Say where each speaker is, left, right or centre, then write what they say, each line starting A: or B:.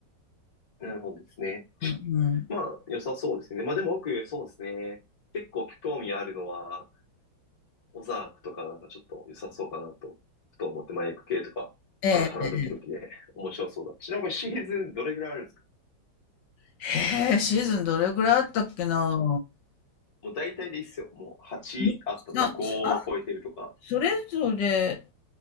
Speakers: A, on the left; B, on the left.
A: あ。なるほどですね。
B: うん、うん。
A: まあ、良さそうですね。まあ、でも僕、そうですね。結構興味あるのは、オザークとか、なんかちょっと良さそうかなと、ふと思って、まあ、ク系とか、
B: ええ、
A: ハラハラドキドキで面白そうだ。ちなみにこれシーズンどれぐらいあるんですか
B: へえシーズンどれくらいあったっけな。
A: もう大体でいいっすよ。もう8あったとか、
B: にさ3
A: 5は超えてるとか。
B: それぞれ